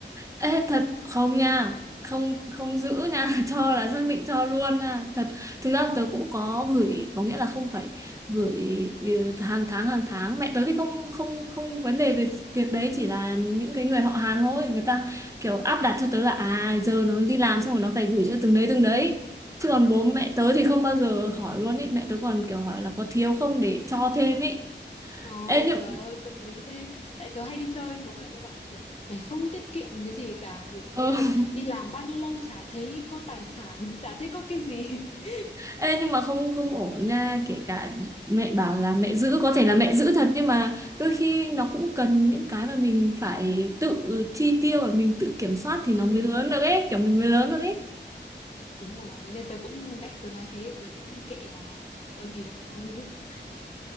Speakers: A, on the right; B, on the left.
A: Ê, thật không nha không không giữ nha <laughs> cho là xác định cho luôn nha thật thực ra tớ cũng có gửi có nghĩa là không phải gửi ừ, hàng tháng hàng tháng mẹ tớ thì không không không vấn đề về việc đấy chỉ là những cái người họ hàng thôi người ta kiểu áp đặt cho tớ là à giờ nó đi làm xong rồi nó phải gửi cho từng đấy từng đấy chứ còn
B: Ừ.
A: bố mẹ tớ thì không bao giờ hỏi luôn ấy mẹ tớ còn kiểu hỏi là có thiếu không để cho thêm ấy
B: Ồ
A: Ê, nhưng...
B: trời ơi tâm lý thế Tại tớ hay đi chơi Bố mẹ tớ bảo là kiểu Mày không tiết kiệm cái gì cả kiểu, Nghĩ
A: <laughs>
B: là đi làm bao nhiêu lâu Chả thấy có tài sản <laughs> Chả thấy có cái gì <laughs>
A: Ê, nhưng mà không không ổn nha kể cả mẹ bảo là mẹ giữ có thể là mẹ giữ thật nhưng mà đôi khi nó cũng cần những cái mà mình phải tự chi tiêu và mình tự kiểm soát
B: ừ,
A: thì nó mới lớn được ấy kiểu mình mới lớn được ấy
B: Đúng rồi Nên tớ cũng Mẹ tớ nói thế Tớ cũng kệ à Có gì đâu <laughs>